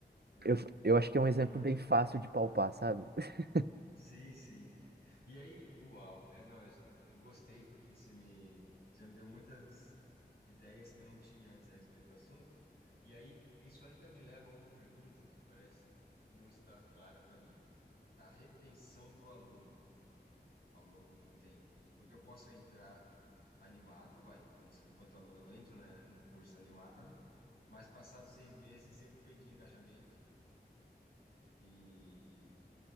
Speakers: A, on the left (about 65°); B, on the right (about 70°).
A: É.
B: Eu, eu acho que é um exemplo
A: Ah,
B: bem fácil de palpar, sabe? <laughs>
A: Sim, sim. E aí, uau, é, não, eu, eu gostei porque você me, você já me deu muitas ideias que eu não tinha antes a respeito do assunto. E aí, isso ainda me leva a uma pergunta que parece não estar clara para mim. A retenção do aluno ao longo do tempo. Porque eu posso entrar animado, vai, enquanto, enquanto aluno eu entro, né, no curso animado, mas passados seis meses eu perdi engajamento e